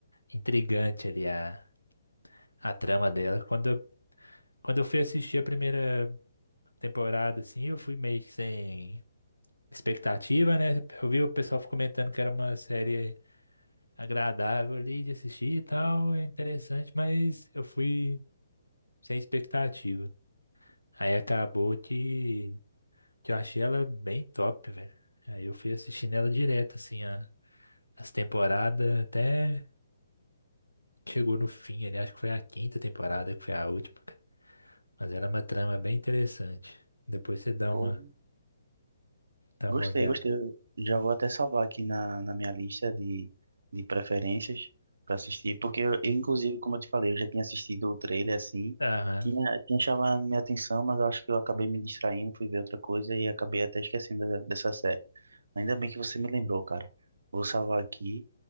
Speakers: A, on the left; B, on the right.
A: intrigante ali a, a trama dela. Quando, eu- quando eu fui assistir a primeira temporada, assim, eu fui meio que sem expectativa, né? Eu vi o pessoal comentando que era uma série agradável ali de assistir e tal, é interessante, mas eu fui sem expectativa. Aí acabou que, que eu achei ela bem top, velho. Aí eu fui assistindo ela direto, assim, a- as temporadas, até chegou no fim ali, acho que foi a quinta temporada que foi a última, cara. Mas era uma trama bem interessante. Depois você dá
B: Pô,
A: uma, dá
B: gostei,
A: uma olhada.
B: gostei. Eu Já vou até salvar aqui na, na minha lista de, de preferências para assistir, porque eu, eu, inclusive, como eu te falei, eu já tinha assistido o trailer assim.
A: Aham.
B: Tinha, tinha chamado minha atenção, mas eu acho que eu acabei me distraindo, fui ver outra coisa e acabei até esquecendo da- dessa série. Ainda bem que você me lembrou, cara. Vou salvar aqui